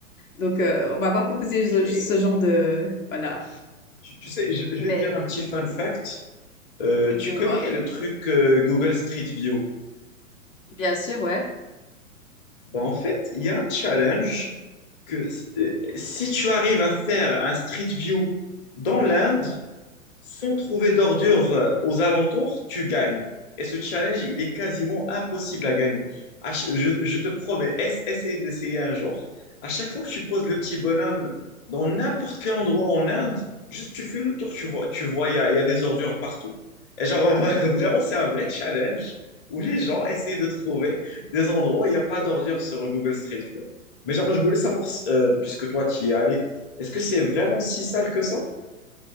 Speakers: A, on the left (about 65°); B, on the left (about 25°).
A: Donc euh, on m'a pas proposé
B: Ok.
A: ce, ce genre de voilà.
B: Tu, tu sais, je, je
A: Mais
B: vais te dire un petit fun fact. Euh,
A: dis-moi.
B: tu connais le truc euh, Google Street View?
A: Bien sûr, ouais.
B: Ben, en fait, il y a un challenge que euh, si tu arrives à faire un Street View dans l'Inde, Sans trouver d'ordures euh, aux alentours, tu gagnes. Et ce challenge, il est quasiment impossible à gagner. À ch- je, je te promets, ess- essaye d'essayer un jour. À chaque fois que tu poses le petit bonhomme dans n'importe quel endroit en Inde, juste tu fais le tour, tu vois, tu vois, il y a, il y a des ordures partout. Et genre, <laughs> vraiment, c'est un vrai challenge où les gens essayent de trouver des endroits où il n'y a pas d'ordures sur Google Street View. Mais genre, je voulais savoir, euh, puisque toi, tu y es allé, est-ce que c'est vraiment si sale que ça?